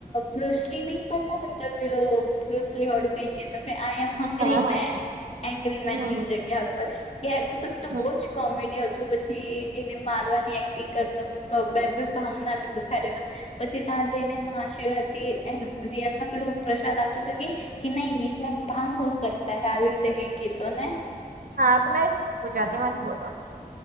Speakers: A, on the left; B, on the right.
A: બ્રોસલી નહીિ પતા તબ બ્રોસલી હડું કઈ કે તો આઈ એમ
B: હા
A: હંગરી
B: હા
A: મેન હન્ંગરી
B: હમ
A: મેન ની જગ્યા પર એ એપિસોડ તો
B: હમ
A: બહુ જ કોમેડી હતું પછી એને મારવાની એક્ટિંગ કરતો પ બેબી હંગાલ પછી ત્યાં જઈને મહાશીિવવા થી એમ રિયલમાં પેલું પ્રસાદ આપતો હતો કે નહી માં ભાંગ હો સકતા હ આવી રીતે કઈ કેતો ને
B: હા તોમેં પુંજા પોતે જ બોલો